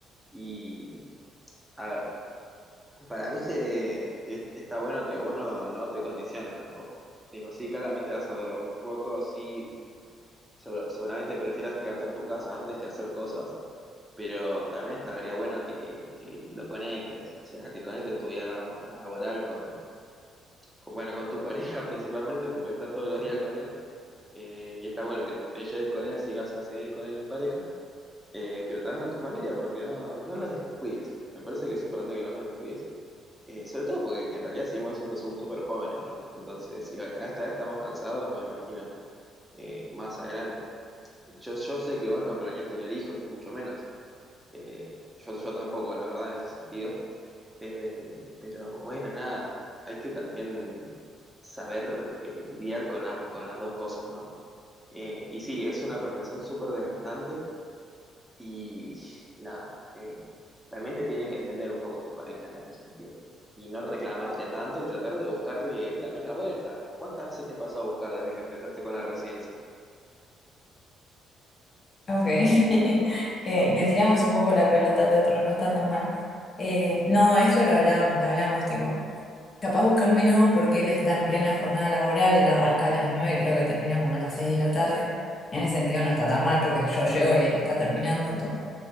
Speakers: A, in the centre; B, on the left.
A: Y. A ver, Para mí se, es- está bueno que vos no, no te condiciones tampoco. Digo, sí, claramente vas a dormir poco, sí, segura- seguramente prefieras quedarte en tu casa antes que hacer cosas, pero también estaría bueno que, que lo conectes, o sea, que conectes tu vida labo- laboral con, con, bueno, con tu <laughs> pareja principalmente, porque estás todos los días con él, eh, y está bueno que te, te lleves con él si vas a seguir con él en pareja, eh, pero también con tu familia, porque no, no los descuides. Me parece que es importante que no los descuides. Eh, sobre todo porque en realidad seguimos siendo su- súper jóvenes, ¿no? Entonces, si a esta edad estamos cansados, no me imagino eh, más adelante. Yo, yo sé que vos no planeás tener hijos, ni mucho menos. Eh, yo, yo tampoco, la verdad, en ese sentido. Eh, pero bueno, nada, hay que también saber eh, lidiar con las, con las dos cosas, ¿no? Eh, y sí, es una profesión súper desgastante y nada, eh, también te tiene que entender un poco tu pareja en ese sentido. Y no reclamarte tanto y tratar de buscarle él también la vuelta. ¿Cuántas veces te pasó a buscar desde que empezaste con la residencia?
B: Ok, <laughs> Eh, le tiramos un poco la pelota al otro, no está tan mal. Eh, no, eso lo hablábamos, lo hablamos, tipo. Capaz buscarme no, porque él está en plena jornada laboral, él arranca a las nueve creo que termina como a las 6 de la tarde. En ese sentido no está tan mal porque yo llego y él está terminando, entonces